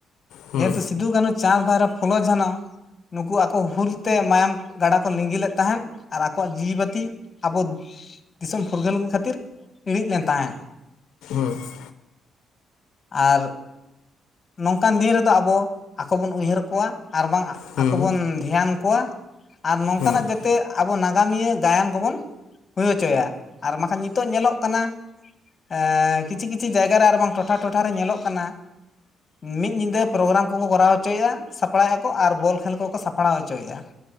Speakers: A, on the left; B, on the left.
A: ᱦᱩᱸ
B: ᱡᱮᱦᱮᱛᱩ ᱥᱤᱫᱩ ᱠᱟᱹᱱᱦᱩ, ᱪᱟᱸᱫ ᱵᱟᱭᱨᱟ, ᱯᱷᱩᱞ ᱡᱷᱟᱱᱚ ᱱᱩᱠᱩ ᱟᱠᱚ ᱦᱩᱞ ᱛᱮ ᱢᱟᱭᱟᱢ ᱜᱟᱰᱟ ᱠᱚ ᱞᱤᱸᱜᱤᱮᱫ ᱛᱟᱦᱮᱱ ᱟᱨ ᱟᱠᱚᱣᱟᱜ ᱡᱤᱣᱤ ᱵᱟᱹᱛᱤ ᱟᱵᱚ ᱫᱤᱥᱚᱢ ᱯᱷᱩᱨᱜᱟᱹᱞ ᱠᱷᱟᱹᱛᱤᱨ ᱤᱬᱤᱡ ᱞᱮᱱ ᱛᱟᱦᱮᱸᱫ᱾
A: ᱦᱩᱸ ᱾
B: ᱟᱨ ᱱᱚᱝᱠᱟᱱ ᱫᱤᱱ ᱨᱮᱫᱚ ᱟᱵᱚ ᱟᱠᱚ ᱵᱚᱱ ᱩᱭᱦᱟᱹᱨ ᱠᱚᱣᱟ ᱟᱨ ᱵᱟᱝ
A: ᱦᱩᱸ
B: ᱟᱠᱚ
A: ᱦᱩᱸ
B: ᱵᱚᱱ ᱫᱷᱮᱭᱟᱱ ᱠᱚᱣᱟ ᱾ ᱟᱨ ᱱᱚᱝᱠᱟᱱᱟᱜ
A: ᱦᱩᱸ
B: ᱡᱟᱛᱮ ᱟᱵᱚ ᱱᱟᱜᱟᱢᱤᱭᱟᱹ ᱜᱟᱭᱟᱱ ᱠᱚᱵᱚᱱ ᱦᱩᱭ ᱦᱚᱪᱚᱭᱟ ᱟᱨ ᱵᱟᱝᱠᱷᱟᱱ ᱱᱤᱛᱚᱜ ᱧᱮᱞᱚᱜ ᱠᱟᱱᱟ ᱮᱸ ᱠᱤᱪᱷᱤᱩ ᱠᱤᱪᱷᱩ ᱡᱟᱭᱜᱟ ᱨᱮ ᱟᱨᱵᱟᱝ ᱴᱚᱴᱷᱟ ᱴᱚᱴᱷᱟ ᱨᱮ ᱧᱮᱞᱚᱜ ᱠᱟᱱᱟ ᱢᱤᱫ ᱧᱤᱫᱟᱹ ᱯᱨᱚᱜᱨᱟᱢ ᱠᱚᱠᱚ ᱠᱚᱨᱟᱣ ᱦᱚᱪᱚᱭᱮᱫᱼᱟ ᱥᱟᱯᱲᱟᱭᱮᱫᱼᱟ ᱠᱚ ᱟᱨ ᱵᱚᱞ ᱠᱷᱮᱞ ᱠᱚᱠᱚ ᱥᱟᱯᱲᱟᱣ ᱦᱚᱪᱚᱭᱮᱫᱼᱟ ᱾